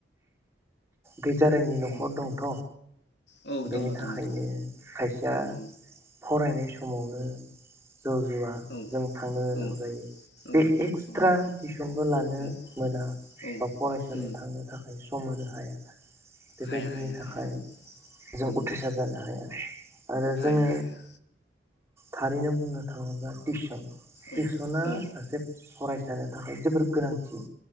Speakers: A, on the right; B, on the left.
A: गैजा रोङि नखर
B: औ
A: दंथ
B: औ
A: बेनि
B: दङ
A: थाखायनो
B: दङ दङ
A: खायसेया
B: औ
A: फरायनाय समावनो जौ जुवा
B: औ
A: जों थांनो गोनां
B: औ
A: जायो
B: औ
A: बे एक्सट्रा
B: औ नंगौ
A: टिउसनबो लानो
B: औ
A: मोना
B: औ
A: बा फरायसालियाव
B: उम
A: थांनो थाखायो सु औ मानो हाया बेबायदिनि
B: हाया हाया
A: थाखाय
B: हाया
A: जों
B: औ
A: उथ्रिसार जानो हाया। आरो जोङो
B: हाया हाया
A: थारैनो बुंनो थाङोब्ला टिउसन टिउसना
B: औ औ
A: सासे फरायस सानो थाखाय जोबोर गोनांथि